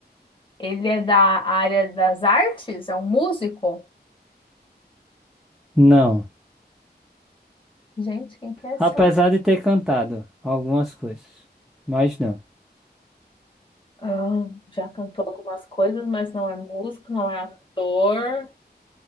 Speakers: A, on the left; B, in the centre.
A: Ele é da área das artes? É um músico?
B: Não.
A: Gente, quem que é esse
B: Apesar de ter cantado algumas coisas. Mas não.
A: Ah, já cantou algumas coisas, mas não é músico, não é ator.